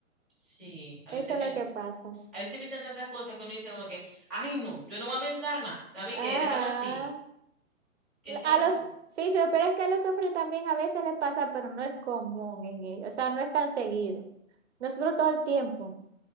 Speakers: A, in the centre; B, on the right.
A: Sí, a
B: Eso
A: veces, pien-
B: es lo que pasa.
A: a veces piensan tantas cosas que uno dice como que, ay no, yo no voy a pensar más, ¿sabes
B: Ah,
A: qué? Déjalo así, que sea
B: a
A: como
B: los,
A: sea.
B: sí, sí, pero es que a los hombres también a veces les pasa, pero no es común en ellos, o sea, no es tan seguido. Nosotros todo el tiempo